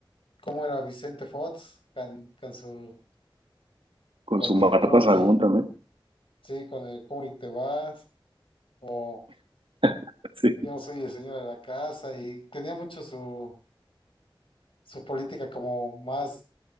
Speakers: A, on the left; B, on the right.
A: cómo era Vicente Fox con, con su
B: Con
A: con
B: su Marta
A: el cómo
B: Sagún
A: te
B: también.
A: sí, con el cómo y te vas o
B: <laughs>
A: yo
B: Sí,
A: no soy el señor de la casa y tenía mucho su su política como más